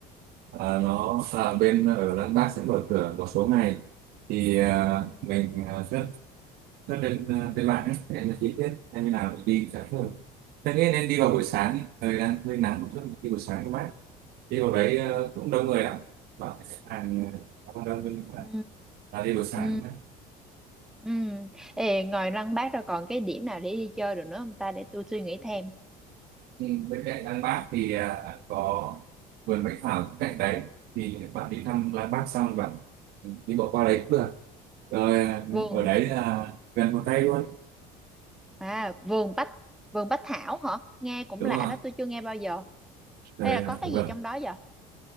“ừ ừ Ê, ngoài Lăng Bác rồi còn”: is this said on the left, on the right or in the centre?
Centre